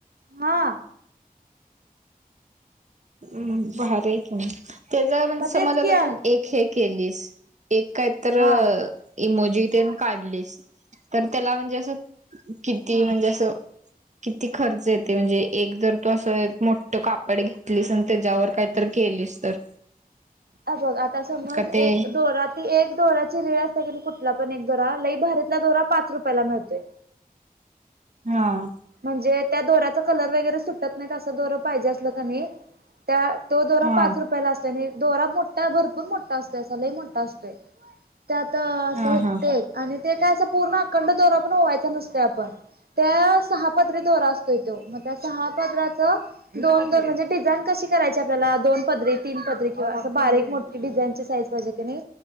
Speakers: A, on the right (about 85°); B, on the right (about 50°).
A: हा.
B: हम्म भारी हायकी त्याचा म्हणजे
A: मग
B: समज
A: तेच
B: आता
A: की हा
B: तू एक हे केलीस. एक काय तर
A: हा
B: इमोजी ते काढलीस तर त्याला म्हणजे असं किती म्हणजे असं. किती खर्च येते म्हणजे एक जर तू असं मोठं कापड घेतलीस आणि त्याच्यावर काही तर केलीस तर.
A: अ बघ आता समज
B: का ते
A: एक दोरात. ती एक दोऱ्याची रिळ असते की कुठला पण एक दोरा लई भारीतला दोरा पाच रुपयाला मिळतोय.
B: हा.
A: म्हणजे त्या दोऱ्याचा कलर वगैरे सुटत नाही असं दोरा पाहिजे असलं का नाही. त्या तो दोरा
B: हा
A: पाच रुपयाला असतो आणि दोरा मोठा भरपूर मोठा असतो असा लयी मोठा असतो. त्यात असं
B: हा
A: होत
B: हा
A: ते. आणि ते काय असं पूर्ण अखंड दोरा पण ओवायचा नसते आपण त्या सहा पात्री दोरा अस असते तो मग त्या सहा पदराच दोन, दोन म्हणजे डिझाईन कशी करायची आपल्याला दोन पदरी, तीन पदरी किंवा अस बारीक मोठी डिझाईनची साईज. पाहिजे का नाय